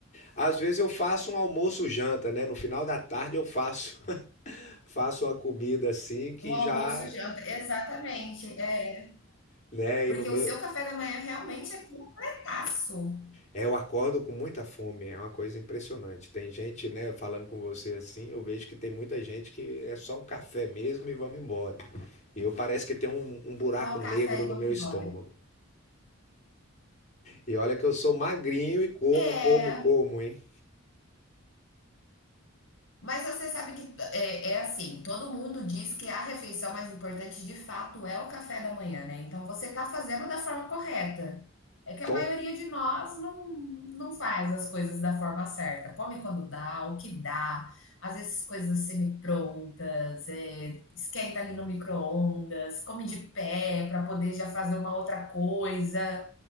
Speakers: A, on the left; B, on the left.
A: Às vezes eu faço um almoço janta, né? No final da tarde eu faço <laughs> faço uma comida assim que
B: Um almoço,
A: já,
B: janta, exatamente, é.
A: né,
B: Porque
A: e no meio
B: o seu café da manhã realmente é completaço.
A: É, eu acordo com muita fome, é uma coisa impressionante. Tem gente, né, falando com você assim, eu vejo que tem muita gente que é só o café mesmo e vamos embora. E eu parece que tem um, um buraco
B: Só o
A: negro
B: café
A: no
B: e vamos
A: meu
B: embora.
A: estômago. E olha que eu sou magrinho e como,
B: É,
A: como, como, hein?
B: Mas você sabe que é, é assim, todo mundo diz que a refeição mais importante de fato é o café da manhã, né? Então você tá fazendo da forma correta. É que
A: To-
B: a maioria de nós não, não faz as coisas da forma certa. Come quando dá, o que dá. Às vezes coisas semi-prontas, é, esquenta ali no micro-ondas, come de pé para poder já fazer uma outra coisa.